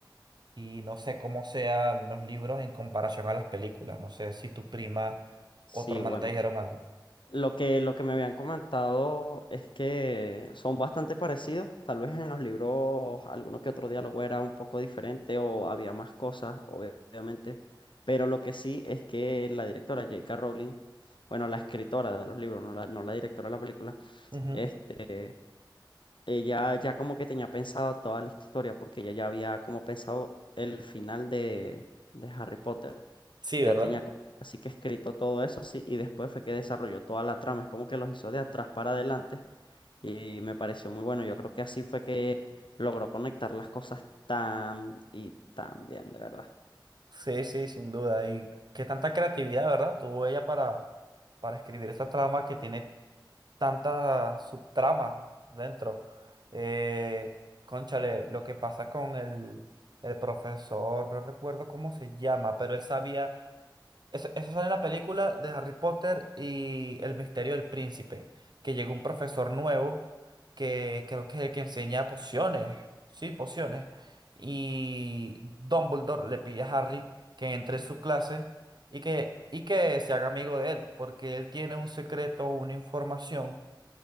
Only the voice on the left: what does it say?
Sí,
bueno.
Lo que, lo que me habían comentado es que son bastante parecidos. Tal vez en los libros alguno que otro diálogo era un poco diferente o había más cosas, obviamente. Pero lo que sí es que la directora J.K. Rowling, bueno, la escritora de los libros, no la, no la directora de la película,
este, ella ya como que tenía pensado toda la historia porque ella ya había como pensado el final de, de Harry Potter
ya
tenía como así que escrito todo eso así y después fue que desarrolló toda la trama, es como que los hizo de atrás para adelante y me pareció muy bueno, yo creo que así fue que logró conectar las cosas tan y tan bien, de verdad.